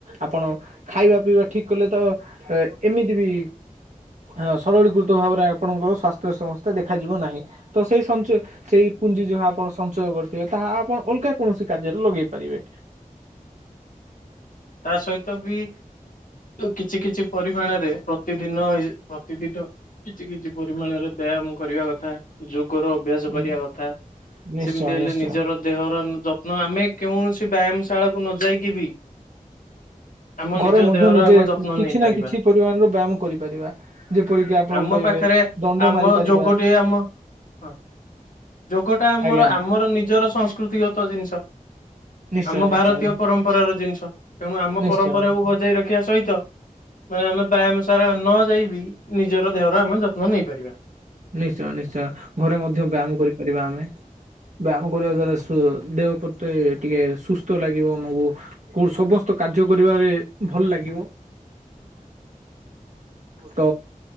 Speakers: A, on the right; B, on the left.
A: ଆପଣ ଖାଇବା ପିଇବା ଠିକ୍ କଲେ ତ, ଏମିତି ବି ଆ ସରଳୀକୃତ ଭାବରେ ଆପଣଙ୍କର ସ୍ୱାସ୍ଥ୍ୟ ସଂସ୍ଥା ଦେଖାଯିବ ନାହିଁ ତ ସେଇ ସଞ୍ଚ ସେଇ ପୁଞ୍ଜି ଯାହା ଆପଣ ସଞ୍ଚୟ କରିଥିବେ ତାହା ଆପଣ ଅଲଗା କୌଣସି କାର୍ଯ୍ୟରେ ଲଗେଇ ପାରିବେ।
B: <inaudible> ତା ସହିତ ବି କିଛି କିଛି ପରିମାଣରେ ପ୍ରତିଦିନ ଏ ପ୍ରତିଦିନ କିଛି କିଛି ପରିମାଣରେ ବ୍ୟାୟାମ କରିବା କଥା ଯୋଗର ଅଭ୍ୟାସ
A: ହୁଁ
B: କରିବା କଥା।
A: ନିଶ୍ଚୟ
B: ସେମିତି ହେଲେ
A: ନିଶ୍ଚୟ
B: ନିଜର ଦେହର ଯତ୍ନ ଆମେ କୌଣସି ବ୍ୟାୟାମ ଶାଳାକୁ ନ ଯାଇକି ବି ଆମ
A: ଘରେ
B: ନିଜ
A: ମଧ୍ୟ
B: ଦେହର
A: ନିଜେ
B: ଆମ ଯତ୍ନ
A: କିଛି
B: ନେଇପାରିବା
A: ନା କିଛି ପରିମାଣର ବ୍ୟାୟାମ କରିପାରିବା ଯେପରିକି ଆପଣ
B: ଆମ
A: କହିବେ?
B: ପାଖରେ
A: ଦଣ୍ଡ
B: ଆମ
A: ମାରି ପାରିବା
B: ଯୋଗଠି ଆମ ହଁ। ଯୋଗଟା ଆମର
A: ଆଜ୍ଞା
B: ଆମର ନିଜର ସଂସ୍କୃତିଗତ ଜିନିଷ।
A: ନିଶ୍ଚୟ
B: ଆମ
A: ନିଶ୍ଚୟ
B: ଭାରତୀୟ ପରମ୍ପରାର ଜିନିଷ। ତେଣୁ ଆମ
A: ନିଶ୍ଚୟ
B: ପରମ୍ପରାକୁୁ
A: ନିଶ୍ଚୟ।
B: ବଜେଇ ରଖିବା ସହିତ ମାନେ ଆମେ ବ୍ୟାୟାମ ସାରା ନ ଯାଇ ବିି ନିଜର ଦେହର ଆମେ ଯତ୍ନ ନେଇପାରିବା।
A: ନିଶ୍ଚୟ ନିଶ୍ଚୟ ଘରେ ମଧ୍ୟ ବ୍ୟାୟାମ କରିପାରିବା ଆମେ ବ୍ୟାୟାମ କରିବା ଦ୍ଵାରା ସ ଦେହ ପ୍ରତି ଟିକେ ସୁସ୍ଥ ଲାଗିବ ଆମକୁ କୁଂ ସମସ୍ତ କାର୍ଯ୍ୟ କରିବାରେ ଭଲ ଲାଗିବ। ତ